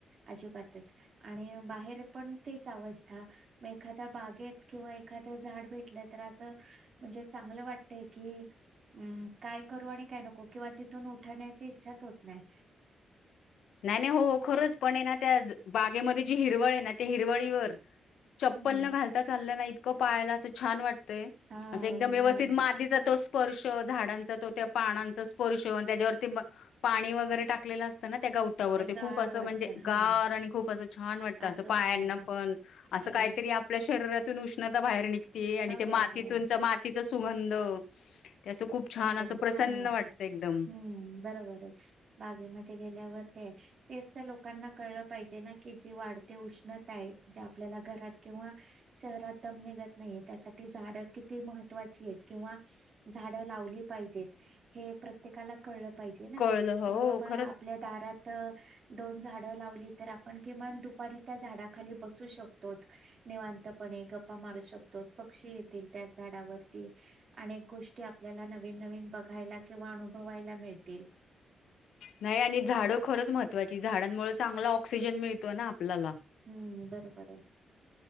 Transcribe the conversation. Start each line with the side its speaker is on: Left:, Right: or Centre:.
Right: अजिबातच आणि बाहेर पण तीच अवस्था म एखाद्या बागेत किंवा एखाद्या झाड भेटलं तर असं म्हणजे चांगलं वाटतय की हम्म काय करू आणि काय नक कोके वाटीत तिथून उठवण्याची च होत नाही.
Left: नाही नाही हो हो खरंच पण आहे ना त्या बागेमध्ये जी हिरवळ आहे ना ते हिरवळीवर चप्पल
Right: हम्म
Left: न घालता चाललं ना इतकं पायाला असं छान वाटतंय
Right: हा
Left: असं एकदम
Right: उन्हाळा
Left: व्यवस्थित मातीचा तो स् पर्श झाडांचा तो त्या पानांचा स्पर्श त्याच्यावरती पाणी वगैरे टाकलेला असतं ना त्या गवतावर ते
Right: गार
Left: खूप असं
Right: वाटत
Left: म्हणजे
Right: हा
Left: गार आणि खूप असं छान वाटतं
Right: आतून
Left: असं पायांना
Right: गार वाटत
Left: पण असं
Right: बरोबर
Left: काहीतरी आपल्या शरीरात तून उष्णता बाहेर निघ तेय आणि
Right: हो
Left: ते मातीतूनच
Right: हो
Left: माती चा सुगंध ते असं खूप छान
Right: बरोबर
Left: असं
Right: आहे
Left: प्रसन्न
Right: छान वाटे
Left: वाटतं एकदम
Right: हम्म बरोबर आहे, बागेमध्ये गे ल्यावर ते तेच लोकांना कळलं पाहिजे की जी वाढते उष्णता आहे, ज्या आपल्याला घरात किंवा शहरातम निघत नाहीये त्यासाठी झाड किती महत्त्वाची आहेत किंवा झा ड लावली पाहिजे हे प्रत्येकाला कळलं पाहिजे ना
Left: कळलं
Right: कि
Left: हो
Right: बाबा
Left: खरंच
Right: आपल्या दारात दोन झाडं लावली तर आपण किमान दुपारी त्या झाडाखाली बसू शकतोत निवांतपणे गप्पा मारू शकतो पक्षी येतील त्या झाडावरती अनेक गोष्टी आपल्याला नवीन-नवीन बघायला किंवा अनुभवायला मिळतील.
Left: नाही आणि झाडं खरंच महत्त्वाची झाडांमुळे चांगला ऑक्सिजन मिळतो ना आपल्याला.
Right: हम्म बरोबर आहे.